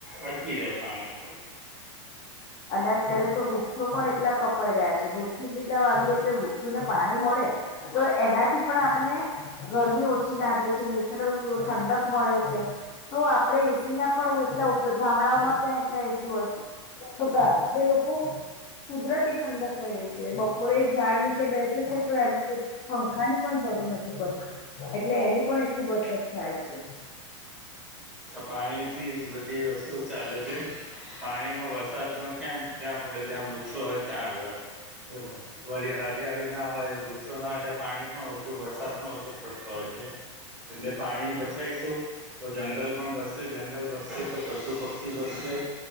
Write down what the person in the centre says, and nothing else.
અટકી જાય પાણી
પાણીથી બધી વસ્તુ ચાલે છે પાણીનો વરસાદ પણ કેમ જ્યાં પડે જ્યાં વૃક્ષો હોય ત્યાં આગળ હરિયાળી ના હોય વૃક્ષ સોના <unintelligible> પાણી પણ ઓછું વરસાદ પણ ઓછો પડતો હોય છે. એટલે પાણી બચાઈશું તો જંગલ પણ બચશે જંગલ બસશે તો પશુ પક્ષી બસશે